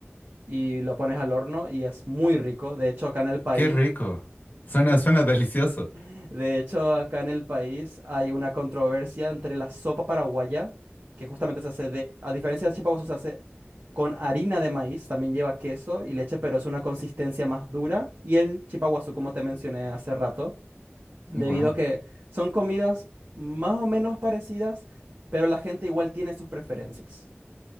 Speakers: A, on the right; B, on the left.
A: y lo pones al horno y es muy rico. De hecho, acá en el país,
B: qué rico. Suena,
A: <laughs>
B: suena delicioso.
A: de hecho, acá en el país hay una controversia entre la sopa paraguaya, que justamente se hace de, a diferencia del chipa se hace con harina de maíz, también lleva queso y leche, pero es una consistencia más dura, y el chipa guazú, como te mencioné hace rato debido
B: Wow.
A: a que son comidas más o menos parecidas, pero la gente igual tiene sus preferencias.